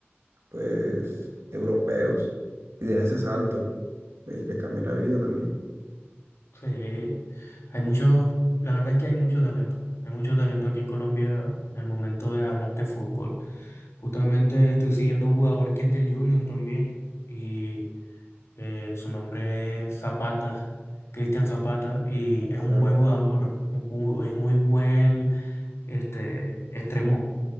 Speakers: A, on the right (about 80°); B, on the left (about 80°).
A: pues, europeos y den ese salto, pues, y le cambie la vida también.
B: Sí, hay mucho, la verdad es que hay mucho talento, hay mucho talento aquí en Colombia en el momento de hablar de fútbol. Justamente estoy siguiendo a un jugador que es del Junior también y Eh, su nombre es Zapata, Cristian Zapata, y
A: Ah,
B: es un
A: Claro,
B: buen jugador, es mu- es muy buen este, extremo.